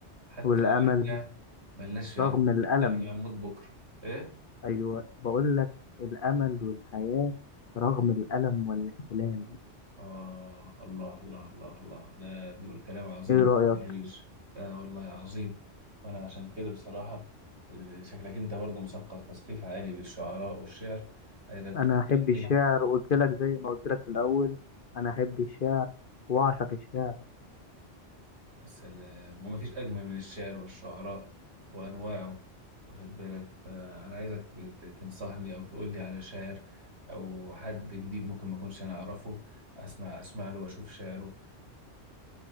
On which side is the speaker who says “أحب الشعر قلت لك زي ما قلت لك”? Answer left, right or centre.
Left